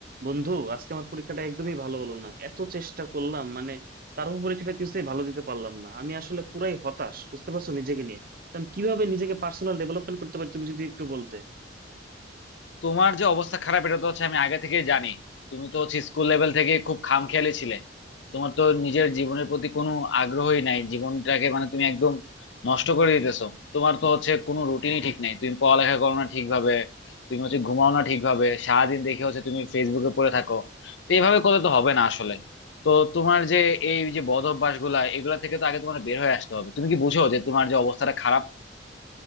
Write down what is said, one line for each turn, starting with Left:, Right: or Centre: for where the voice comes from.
Right: বন্ধু আজকে আমার পরীক্ষাটা একদমই ভালো হলো না এত চেষ্টা করলাম মানে তারপর পরীক্ষাটা কিছুতেই ভালো দিতে পারলাম না আমি আসলে পুরাই হতাশ বুঝতে পারছো নিজেকে নিয়ে তো আমি কিভাবে নিজেকে পার্সোনাল ডেভেলপমেন্ট করতে পারি তুমি যদি একটু বলতে
Left: তোমার যে অবস্থা খারাপ এটা তো হচ্ছে আমি আগে থেকেই জানি তুমি তো হচ্ছে স্কুল লেভেল থেকে খুব খামখেয়ালি ছিলে তোমার তো নিজের জীবনের প্রতি কোনো আগ্রহই নাই জীবনটাকে মানে তুমি একদম নষ্ট করে দিতেছো তোমার তো হচ্ছে কোনো রুটিনই ঠিক নাই তুমি পড়ালেখা করো না ঠিকভাবে তুমি হচ্ছে ঘুমাও না ঠিকভাবে সারাদিন দেখে হচ্ছে তুমি ফেসবুকে পড়ে থাকো তো এইভাবে করলে তো হবে না আসলে তো তোমার যে এই যে বদ অভ্যাস গুলা এগুলা থেকে তো আগে তোমার বের হয়ে আসতে হবে তুমি কি বুঝো যে তোমার যে অবস্থাটা খারাপ